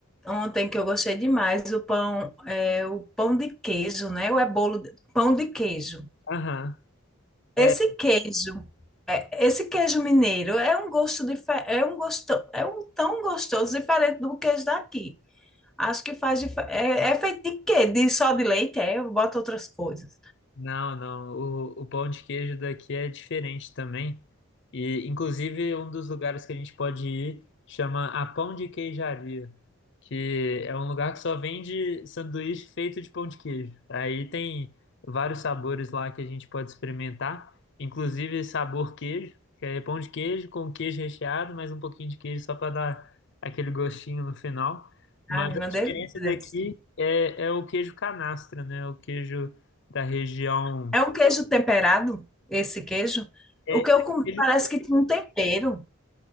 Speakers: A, in the centre; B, on the left.
A: ontem que eu gostei demais? O pão, é, o pão de queijo, né? Ou é bolo de, pão de queijo.
B: Aham. é,
A: Esse queijo, é, esse queijo mineiro é um gosto dife- é um gosto, é um tão gostoso diferente do queijo daqui. Acho que faz dif- é, é feito de quê? De só de leite? É, eu boto outras coisas.
B: Não, não. O, o pão de queijo daqui é diferente também. E, inclusive, um dos lugares que a gente pode ir chama a Pão de Queijaria, que é um lugar que só vende sanduíche feito de pão de queijo. Aí tem vários sabores lá que a gente pode experimentar, inclusive sabor queijo, que é pão de queijo com queijo recheado, mais um pouquinho de queijo só para dar aquele gostinho no final. Mas
A: Ai, uma
B: a diferença
A: delícia. deve
B: daqui
A: ser.
B: é, é o queijo canastra, né? O queijo da região.
A: É um queijo temperado, esse queijo.
B: É,
A: O que eu comi
B: ele
A: parece que tinha um tempero.